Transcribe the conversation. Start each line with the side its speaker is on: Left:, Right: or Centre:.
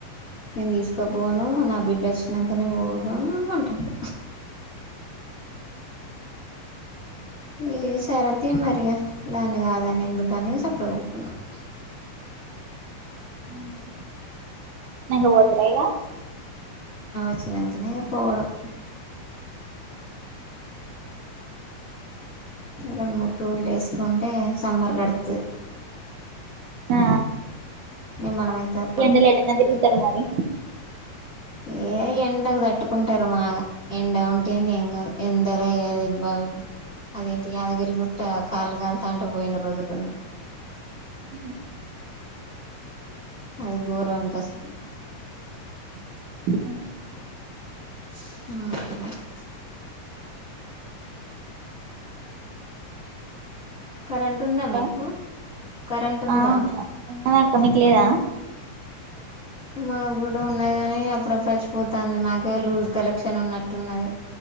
Left: నేను దీసకపోను నా బిడ్డ అచ్చినాంకనే పోతా అంటాండు ఈ సారొత్తే మరి ఇగ దాన్ని కాద అని ఎందుకని సప్పుడు <unintelligible>
Right: <unintelligible> బొతార ఇగ
Left: వచ్చినంకనే పోవడం రెండు మూడు టూర్లు ఏసుకుంటే సమ్మర్ గడత్తది
Right: ఆ
Left: నిమ్మలం అయితది అప్పటికి
Right: ఈ ఎండలో ఎటన్న దిరుగుతారు మరి
Left: ఏ ఏ ఎండ తట్టుకుంటారు మాగా ఎండ వొంటింది ఏం గాదు ఎండలో <unintelligible> అదేంటి యాదగిరి గుట్ట కాలుగాల్తాంటే పోయిన రోజులున్నాయ్
Right: అ
Left: అది ఘోరం ఇంకా అసలు
Right: అ
Left: ఆహ కరెంటుందా
Right: హలో
Left: మీకు కరెంటు ఉందా
Right: ఆ ఉన్నదా ఉన్నదక్క మీకు లేదా
Left: మాకు గూడా ఉన్నాయి గాని అప్పుడప్పుడు వచ్చిపోతాంది మాకే లూజ్ కలెక్షన్ ఉన్నట్టున్నది